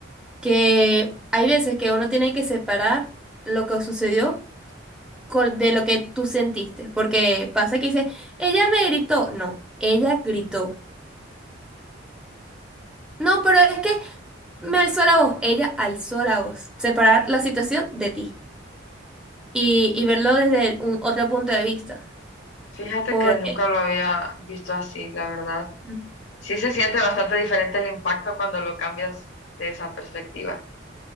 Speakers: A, in the centre; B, on the left (about 65°).
A: que hay veces que uno tiene que separar lo que sucedió con- de lo que tú sentiste. Porque pasa que dice, ella me gritó. No, ella gritó. No, pero es que me alzó la voz, ella alzó la voz. Separar la situación de ti y, y verlo desde el- un, otro punto de vista.
B: Fíjate
A: Porque,
B: que nunca lo había visto así, la verdad.
A: Mm.
B: Sí se siente bastante diferente el impacto cuando lo cambias de esa perspectiva.